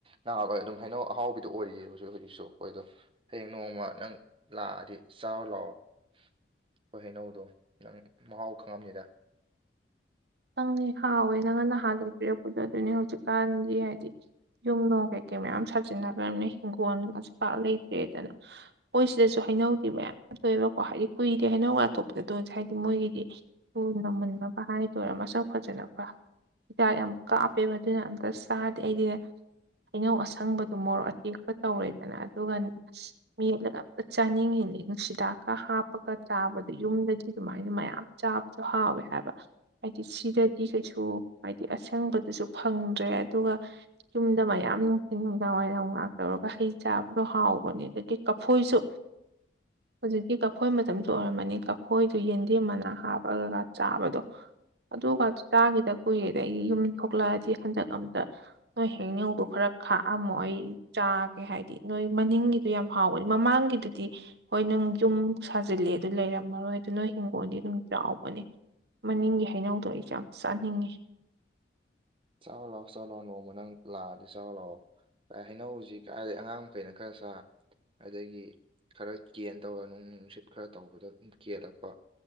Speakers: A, on the right; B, on the right.
A: ꯅꯍꯥꯋꯥ ꯑꯗꯨꯝ ꯍꯥꯏꯩꯅꯧ ꯑꯍꯥꯎꯕꯤꯗꯣ ꯑꯣꯏꯔꯤꯌꯦ ꯍꯧꯖꯤꯛ ꯍꯧꯖꯤꯛꯁꯨ ꯍꯣꯏꯗꯣ ꯍꯌꯦꯡ ꯅꯣꯡꯃ ꯅꯪ ꯂꯥꯛꯑꯗꯤ ꯆꯥꯎ ꯂꯥꯛꯑꯣ ꯑꯩꯈꯣꯏ ꯍꯩꯅꯧꯗꯣ ꯅꯪ ꯃꯍꯥꯎ ꯈꯪꯉꯝꯅꯤꯗ
B: ꯆꯪꯅꯤ ꯍꯥꯎꯋꯦ ꯅꯪ ꯉꯟꯅ ꯍꯥꯟꯒ ꯄꯤꯔꯛꯄꯗꯣ ꯑꯗꯨꯅꯦ ꯍꯧꯖꯤꯛꯀꯥꯟꯗꯤ ꯍꯥꯏꯗꯤ ꯌꯨꯝ ꯅꯣꯡ ꯀꯩꯀꯩ ꯃꯌꯥꯝ ꯁꯥꯖꯤꯟꯅꯈ꯭ꯔꯕꯅꯦ ꯍꯤꯡꯒꯣꯜ ꯑꯁꯨ ꯄ ꯂꯩꯇ꯭ꯔꯦꯗꯅ ꯑꯩꯈꯣꯏ ꯁꯤꯗꯁꯨ ꯍꯩꯅꯧꯗꯤ ꯃꯌꯥꯝ ꯊꯣꯛꯑꯕꯀꯣ ꯍꯥꯏꯗꯤ ꯀꯨꯏꯗꯦ ꯍꯩꯅꯧ ꯑꯇꯣꯞꯄꯗ ꯑꯗꯨꯔ ꯍꯥꯏꯗꯤ ꯃꯣꯏꯒꯤꯗꯤ ꯅꯝꯃꯟꯅꯕ ꯍꯥꯏ ꯇꯣꯏꯔ ꯃꯁꯛ ꯐꯖꯅꯕ ꯍꯤꯗꯥꯛ ꯌꯥꯝ ꯀꯥꯞꯄꯦꯕ ꯑꯗꯨꯅ ꯑꯝꯇ ꯆꯥꯗꯦ ꯑꯩꯗꯤꯅꯦ ꯍꯩꯅꯧ ꯑꯁꯪꯕꯗꯣ ꯃꯣꯔꯣꯛ ꯑꯇꯦꯛꯄ ꯇꯧꯔꯦꯗꯅ ꯑꯗꯨꯒ ꯃꯠꯂꯒ ꯑꯝꯇ ꯆꯥꯅꯤꯡꯉꯤ ꯍꯤꯗꯥꯛꯀ ꯍꯥꯞꯄꯒ ꯆꯥꯕꯗ ꯌꯨꯝꯗꯗꯤ ꯑꯗꯨꯃꯥꯏꯅ ꯃꯌꯥꯝ ꯆꯥꯕꯁꯨ ꯍꯥꯎꯋꯦ ꯍꯥꯏꯕ ꯍꯥꯏꯗꯤ ꯁꯤꯗꯗꯤ ꯀꯩꯁꯨ ꯍꯥꯏꯗꯤ ꯑꯁꯪꯕꯗꯨꯁꯨ ꯐꯪꯗ꯭ꯔꯦ ꯑꯗꯨꯒ ꯌꯨꯝꯗ ꯃꯌꯥꯝ ꯅꯨꯡꯊꯤꯟ ꯅꯨꯡꯗꯥꯡ ꯋꯥꯏꯔꯝ ꯉꯔꯥꯛ ꯇꯧꯔꯒ ꯍꯩ ꯆꯥꯕꯗꯣ ꯍꯥꯎꯕꯅꯦ ꯑꯗꯒꯤ ꯀꯐꯣꯏꯁꯨ ꯍꯧꯖꯤꯛꯇꯤ ꯀꯐꯣꯏ ꯃꯇꯝꯗꯨ ꯑꯣꯏꯔꯝꯃꯅꯤ ꯀꯐꯣꯏꯗꯨ ꯌꯦꯟꯗꯦꯝ ꯃꯅꯥ ꯍꯥꯞꯄꯒꯒ ꯆꯥꯕꯗꯣ ꯑꯗꯨꯒ ꯆꯥꯈꯤꯦꯗ ꯀꯨꯏꯔꯦꯗ ꯑꯩꯒꯤ ꯌꯨꯝ ꯊꯣꯛꯂꯛꯑꯗꯤ ꯍꯟꯗꯛ ꯑꯝꯇ ꯅꯣꯏ ꯍꯦꯛꯅꯤꯧꯗ ꯈꯔ ꯈꯥꯛꯑꯝꯃꯣ ꯑꯩ ꯆꯥꯒꯦ ꯍꯥꯏꯗꯤ ꯅꯣꯏ ꯃꯅꯤꯡꯒꯤꯗꯣ ꯌꯥꯝ ꯍꯥꯎꯋꯦ ꯃꯃꯥꯡꯒꯤꯗꯨꯗꯤ ꯍꯣꯏꯅ ꯌꯨꯝ ꯁꯥꯖꯤꯂꯦ ꯑꯗꯨ ꯂꯩꯔꯝꯃꯔꯣꯏ ꯑꯗꯨꯅ ꯍꯤꯡꯒꯣꯜꯗꯤ ꯑꯗꯨꯝ ꯆꯥꯎꯕꯅꯦ ꯃꯅꯤꯡꯒꯤ ꯀꯩꯅꯧꯗꯣ ꯑꯩꯁꯦ ꯌꯥꯝ ꯆꯥꯅꯤꯡꯉꯤ
A: ꯆꯥꯎ ꯂꯥꯛꯑꯣ ꯆꯥꯎ ꯂꯑꯣ ꯅꯣꯡꯃ ꯅꯪ ꯂꯥꯛꯑꯗꯤ ꯆꯥꯎ ꯂꯛꯑꯣ ꯍꯩꯅꯧꯖꯤꯛ ꯍꯥꯏꯔꯗꯤ ꯑꯉꯥꯡ ꯃꯈꯩꯅ ꯈꯔ ꯁꯥ ꯑꯗꯒꯤ ꯈꯔ ꯀꯦꯅ ꯇꯧꯔꯒ ꯅꯨꯡ ꯅꯨꯡꯁꯤꯠ ꯈꯔ ꯇꯧꯕꯗ ꯀꯦꯜꯂꯛꯄ